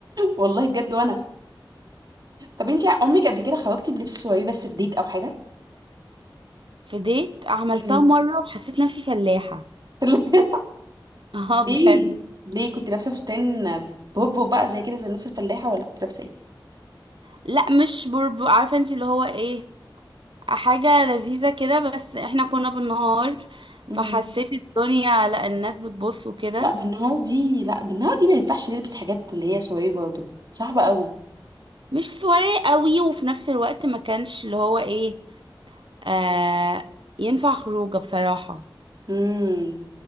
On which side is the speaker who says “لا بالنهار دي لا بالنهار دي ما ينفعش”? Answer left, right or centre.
Right